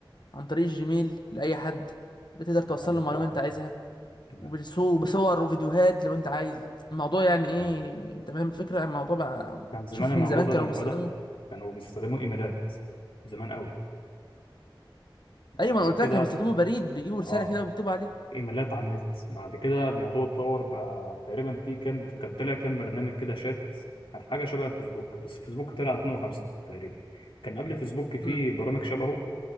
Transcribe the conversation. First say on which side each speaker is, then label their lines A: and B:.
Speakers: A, on the left (about 60°); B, on the left (about 85°).
A: عن طريق الجيميل لأي حد بتقدر توصل
B: تمام
A: له المعلومة
B: صح
A: انت عايزها
B: تمام
A: وبسو- بصور وفيديوهات لو انت عايز الموضوع يعني ايه
B: تمام
A: انت فاهم الفكره يعني الموضوع بقى
B: كان زمان
A: شوف
B: الموضوع
A: من زمان
B: ده
A: كانوا
B: لما
A: بيستخدموا
B: بدأ كانوا بيستخدموا ايميلات زمان قوي
A: ايوه
B: بعد
A: ما انا قلت
B: كده
A: لك كانوا بيستخدموا بريد بيجيبوا رساله
B: اه
A: كده وبيكتبوا عليه
B: ايميلات على النت بعد كده الموضوع اتطور بقى تقريبا في كام كان طلع كام برنامج كده شات كان حاجه شبه الفيسبوك بس فيسبوك طلع 2005 تقريبا كان قبل فيسبوك في
A: امم
B: برامج شبهه